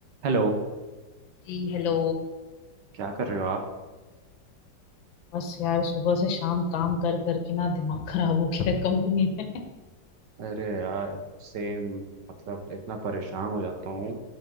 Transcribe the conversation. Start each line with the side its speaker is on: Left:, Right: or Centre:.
Right: Hello
Left: जी hello
Right: क्या कर रहे हो आप
Left: बस यार सुबह से शाम काम कर करके ना दिमाग खराब हो गया कंपनी में
Right: अरे यार सेम मतलब इतना परेशान हो जाता हूँ